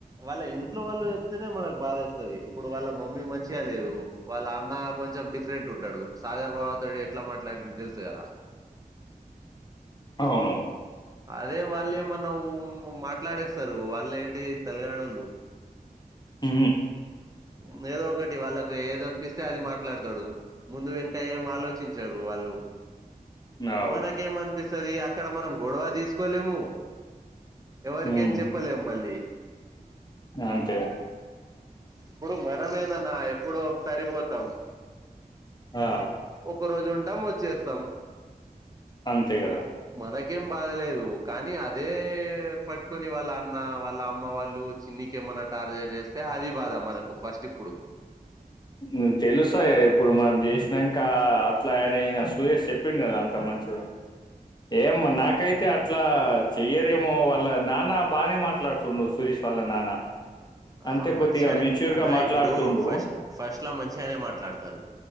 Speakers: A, on the right; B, on the left.
A: వాళ్ళ ఇంట్లో వాళ్ళు చెప్తేనే మనకి బాధ ఏస్తది ఇప్పుడు వాళ్ళ మమ్మీ మంచిగా లేదు వాళ్ళ అన్న కొంచెం డిఫరెంట్ ఉంటాడు సాగర్ బావతోటి ఎట్లా మాట్లాడిండో తెలుసు కదా
B: అవును
A: అదే వాళ్ళేమన్నా ఉ మాట్లాడేస్తారు వాళ్ వాళ్ళు ఏంటి తెల్ గానోళ్ళు
B: ఊ
A: ఉంది ఏదో ఒకటి వాళ్ళకి ఏద అనిపిస్తే అది మాట్లాడతాడు ముందు వెనుక ఏం ఆలోచించారు వాళ్ళు
B: అవు.
A: మనకేం అనిపిస్ వస్తది అక్కడ మనం గొడవ తీసుకోలేము ఎవరికేం
B: హ్మ్.
A: చెప్పలేము మళ్ళీ
B: అంతే
A: ఇప్పుడు మనమేనన్నా ఎప్పుడో ఒక్క సరివోతు తబ్
B: ఆ!
A: ఒక రోజు ఉంటాము వచ్చేస్తాము
B: అంతే గదా!
A: మనయ్ కేం బాధలేదు కానీ అదే పట్టుకొని వాళ్ళ అన్న వాళ్ళ అమ్మ వాళ్ళు చిన్నికి ఏమన్నా టార్చర్ చేస్తే అది బాధ మనకు ఫస్ట్ ఇప్పుడు
B: ఉ తెలుసు ఆయ ఇప్పుడు మనం చేషి నంక అట్లా ఆయన అయినా సూయష్ చెప్ చెప్పిడు కదా అంత మంచుడు ఏమొ నాకైతే అత్ అట్లా చెయ్యరేమో వాళ్ళ నాన్న బానే మాట్లాడుతుండు సురేష్ వాళ్ళ నాన్న అంతే
A: ఆ మంచిగానే
B: కొద్దిగా మెచ్యూర్
A: అన్నా
B: గా మాట్లాడుతుండు
A: ఇప్పుడు ఫస్ట్ ఫస్ట్ అట్లా మంచిగానే మాట్లాడతారు